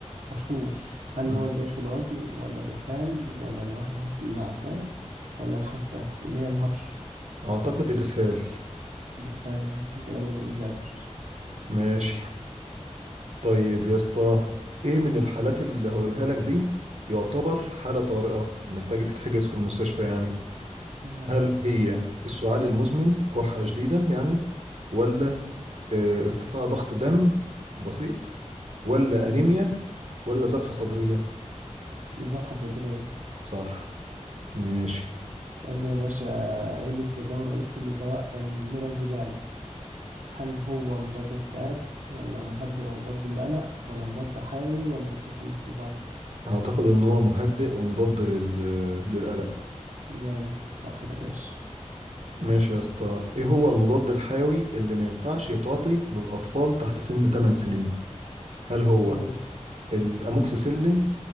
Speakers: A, on the right; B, on the right.
A: مشهوش هل
B: ماشي
A: هو زيادة الوزن ولا لسان ولا الواحد يحس إنه عسان ولا الحكة اللي هي الهرش
B: اعتقد الاسهال
A: لسان جامد ومذاكر
B: ماشي طيب يا اسطى ايه من الحالات اللي هقولها لك دي يعتبر حالة طارئة محتاجة تتحجز في المستشفى يعني
A: مم،
B: هل هي السعال المزمن كحة شديدة يعني ولا آه، ارتفاع ضغط دم بسيط ولا أنيميا ولا ذبحة صدرية
A: مذبحة صدرية
B: صح ماشي
A: قول لي يا باشا ايه الاستخدام الرئيسي لدواء النورازيبام هل هو مضاد اكتئاب ولا مهدئ ومضاد للقلق ولا مضاد حيوي ولا مسكن للصداع
B: أعتقد إن هو مهدئ ومضاد لل... للقلق
A: جامد صح يا باشا
B: ماشي يا اسطى إيه هو المضاد الحيوي اللي ما ينفعش يتعاطي للأطفال تحت سن 8 سنين هل هو
A: يلا
B: الأموكسيسيلين